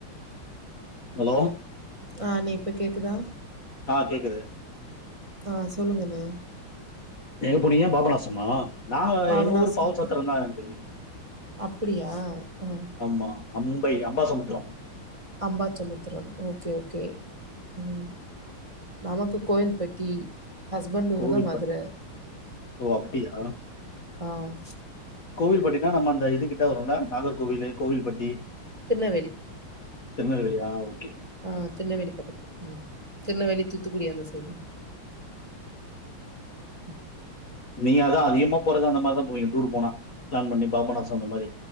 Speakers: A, on the left (about 45°); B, on the right (about 15°).
A: ஹலோ
B: ஆஹ் நே இப்ப கேக்குதா
A: ஆஹ் கேக்குது
B: ஆஹ் சொல்லுங்கண்ணே
A: எங்க போனீங்க பாபநாசமா நாங்க
B: பாபநாசம்
A: எங்க ஊரு பாவுசத்திரம் தா இருந்திருக்கு
B: அப்படியா? ஆ.
A: ஆமா Ambai Ambasamudram
B: Ambasamudram okay okay உம் நமக்கு கோயில்பட்டி ஹஸ்பண்ட் ஊர்
A: கோயில்பட்
B: தான் மதுர.
A: ஓ அப்டியா
B: ஆஹ்
A: கோவில்பட்டினா நம்ம அந்த இது கிட்ட வரும்ல நாகர்கோவிலு கோவில்பட்டி
B: திருநல்வேலி
A: திருநல்வேலியா ஆ ஓகே
B: ஆஹ் திருணவேலி பக்கத்து திருநெல்வேலி தூத்துக்குடி அந்த சைடு <inaudible>
A: நீ அதா அதிகமா போறது அந்த மாரிதா போவிங்க டூர் போனா பிளான் பண்ணி பாபனாசம் அந்த மாரி